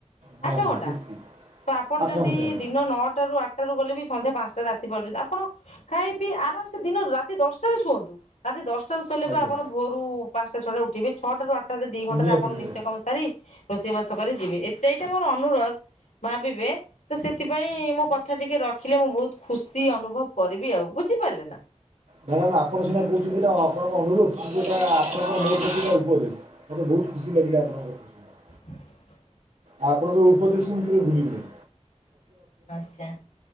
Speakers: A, on the right; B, on the left.
A: ହଁ
B: ଆ ଆଠ
A: ହଁ
B: ଘଣ୍ଟା
A: ଠିକ୍ ଠିକ୍
B: ତ ଆପଣ
A: ଆଠ
B: ଯଦି
A: ଘଣ୍ଟା ମ୍ୟାଡ଼ାମ୍
B: ଦିନ ନଅଟାରୁ ଆଠ ଗଲେ ବି ସନ୍ଧ୍ୟା ପାଞ୍ଚଟା ରେ ଆସି ପାରୁଛନ୍ତି ଆପଣ ଖାଇ ପିଇ ଆରାମ ସେ ଦିନ ରାତି ଦଶଟାରେ ଶୁଅନ୍ତୁ ରାତି ଦଶଟା ଶୋଇଲେ
A: ଆଜ୍ଞା
B: ଆପଣ ଭୋରୁ ପାଞ୍ଚଟା ଛଅଟା ଉଠିବେ ଛଅଟାରୁୁ ଆଠଟାରେ ଦି ଘଣ୍ଟାରେ
A: ନିହାତି
B: ଆପଣ
A: ନିହାତି
B: ନିତ୍ୟ କର୍ମ ସାରି ରୋଷେଇବାସ କରି ଯିବେ ଏତ ଏଇଟା ମୋର ଅନୁରୋଧ ଭାବିବେ ତ ସେଥିପାଇଁ ମୋ କଥା ଟିକେ ରଖିଲେ ମୁଁ ବହୁତ ଖୁସି ଅନୁଭବ କରିବି ଆଉ ବୁଝ ବୁଝିପାରିଲେ ନା।
A: ମ୍ୟାଡାାମ ଆପଣ ସିନା କହୁଛନ୍ତି ଏଇଟା ଆପଣଙ୍କ ଅନୁରୋଧ କିନ୍ତୁ ଏଟା ଆପଣଙ୍କର ମୋ ପ୍ରତି ଏଇଟା ଉପଦେଶ ମୋତେ ବହୁ ବହୁତ ଖୁସି ଲାଗିଲା ଆପଣ ଙ୍କ କଥା ଶୁଣିକି।
B: <unintelligible>
A: ଆଉ ଆପଣଙ୍କ ଉପଦେଶ ମୁଁ କେବେ ଭୁଲିବନି।
B: ଆଛା